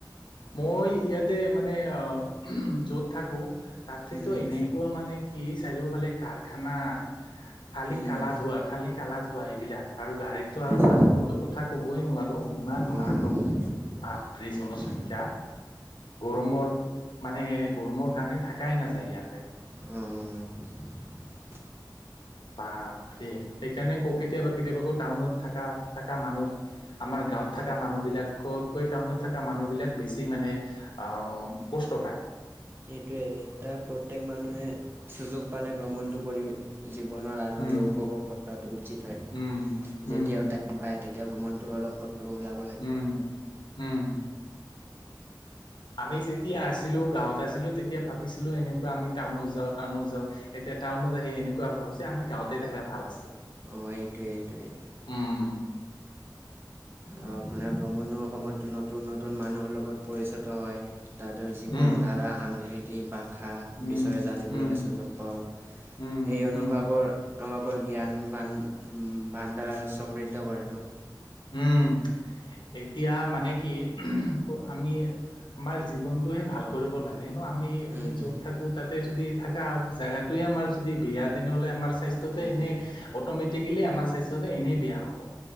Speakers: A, on the left; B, on the right.
A: মই ইয়াতে মানে আহ য'ত থাকো- তা'তেতো
B: হুম হুম
A: এনেকোৱা মানে কি চাৰিওফালে কাৰখানা। খালী
B: হুম
A: কালা
B: হুম
A: ধুৱা, খালী কালা ধুৱা এইবিলাক, আৰু গাড়ীটো আৰু
B: আচ্ছা
A: মানুহৰটো- কথা ক'বই নোৱাৰো ইমান
B: অঁ
A: মানুহ বাপৰে
B: হুম
A: জনসংখ্যা।
B: হুম
A: গৰমৰ মানে গৰমৰ কাৰণে থাকাই নাযায় ইয়াতে।
B: উমঁ।
A: বাপৰে, সেইকাৰণে কও কেতিয়াবা-কেতিয়াবা আকৌ টাউনত থকা থকা মানুহ- আমাৰ গাঁৱত থকা মানুহবিলাকতকৈ টাউনত থকা মানুহবিলাক বেছি মানে আঁহ', - কষ্ট পাই।
B: এইটোৱে তাৰ প্ৰত্যেক মানুহে চুযোগ পালে ভ্ৰমণটো কৰি জীৱনৰ আনন্দ
A: উম
B: উপভোগ কৰ ৰাটো উচিত হয়
A: উম উম
B: যেতিয়াও টাইম পায় তেতিয়া ভ্ৰমণটো অলপ ক ওলা
A: উম উম আমি যেতিয়া আছিলোঁ গাঁৱত আছিলোঁ তেতিয়া ভাবিছিলোঁ এনেকুৱা আমি টাউনত যাওঁ টাউনত যাওঁ এতিয়া টাউনত আহি এনেকুৱা ভাবিছে আমি গাওঁতে থাকা ভাল আছে
B: অঁ এইটোৱেই এইটোৱেই
A: উম
B: আ আপোনাৰ ভ্ৰমণৰ সময়তটো নতুন নতুন মানুহৰ লগত পৰিচিত হয় তাতে জীৱন
A: উম
B: ধাৰা সংস্কৃতি ভাষা
A: উম
B: বিচয়ে জানিবলৈ
A: উম
B: চুযোগ পাওঁ
A: উম
B: এই অনুভৱৰ
A: উম
B: আমাকো জ্ঞান বান উম বাণ্ডাৰ সমৃদ্ধ কৰে ন
A: উম এতিয়া মানে কি প আমি আমাৰ জীৱনটোহে ভাল কৰিব লাগে নহ আমি
B: হুম
A: আমি
B: হুম
A: য'ত থাকোঁ তাতে যদি থকা জেগাটোৱে আমাৰ যদি বেয়া তেনেহ'লে আমাৰ স্বাস্থ্যটো
B: হুম
A: এনেই
B: হুম
A: অটমেটিকেলি আমাৰ স্বাস্থ্যটো এনেই বেয়া হ'ব